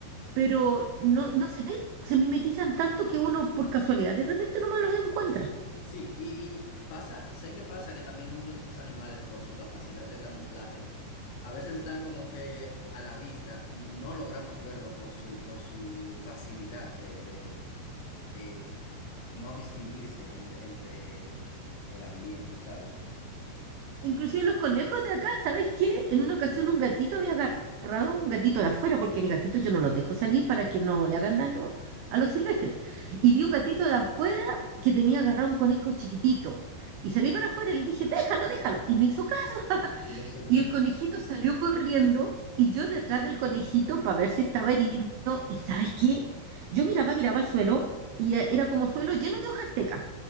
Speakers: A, on the right; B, on the left.
A: Pero no, no se ven, se mimetizan tanto que uno por casualidad de repente nomás los encuentra.
B: Sí, y, y pasa, sé que pasa que también muchos de esos animales, por su capacidad de camuflaje, a veces están como que a la vista y no logramos verlo por su, por su facilidad de, de, de no distinguirse entre, entre el ambiente, ¿sabes?
A: Inclusive los conejos de acá, ¿sabes qué? En una ocasión un gatito había agarrado un gatito de afuera, porque mi gatito yo no los dejo salir para que no le hagan daño a los silvestres. Y vi un gatito de afuera que tenía agarrado un conejo chiquitito. Y salí para afuera y le dije, déjalo, déjalo. Y me hizo caso. <laughs>
B: Y los soltamos
A: Y el conejito salió corriendo y yo detrás del conejito para ver si estaba herido. ¿Y sabes qué? Yo miraba, miraba al suelo y eh, era como suelo lleno de hojas secas.